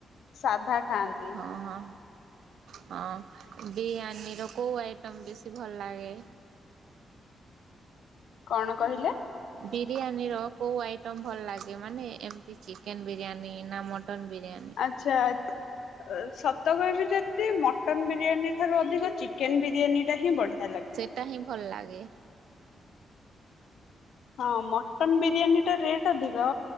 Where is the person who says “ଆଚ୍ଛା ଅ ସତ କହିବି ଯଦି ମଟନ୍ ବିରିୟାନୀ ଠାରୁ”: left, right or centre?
Left